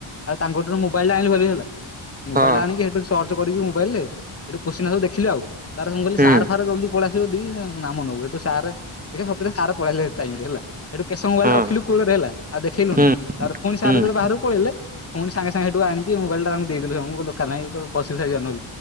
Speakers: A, on the left; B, on the right.
A: ଆଉ ତାଙ୍କଠୁ ମୋବାଇଲ ଆଣିଲୁ ଭାରି ହେଲା ମୋବାଇଲଟା
B: ହଁ
A: ଆଣିକି ସେଠୁ ସର୍ଚ କରିକ ମୋବାଇଲରେ ସେଇଠୁ କ୍ୱେଶ୍ଚିନ ଆଁସର୍ ଦେଖିଲି ଆଉ ତା ପରେ ମୁଁ କହିଲି
B: ହୁଁ
A: ସାର୍ ଫାର୍ ଜଲ୍ଦି ପଳେଇ ଆସିବେ ଯଦି ଆସିବେ ନାମ ନବୁ ସେଇଠୁ ସାରେ ସତରେ ସାର ପଳେଇଆଇଲେ ହେ ଟାଇମରେ ହେଲା ହେଇଥୁ କେତେ ସମୟ ମୋବାଇଲ
B: ହଁ
A: ରଖିଲୁ କୋଳରେ ହେଲା। ଆଉ ଦେଖେଇଲୁଣିି।
B: ହୁଁ
A: ତାପରେ ପୁଣି ସାର
B: ହୁଁ।
A: ଯେତେବେଳେ ବାହାରକୁ ପଳେଇଲେ ପୁଣି ସାଙ୍ଗେ ସାଙ୍ଗେଠୁ ଆଣିକି ମୋବାଇଲଟେ ତାଙ୍କୁ ଦେଇଥିଲୁୁ ଦୋକାନାଇଁ ପଶି ସାରି ଜେଇଲେ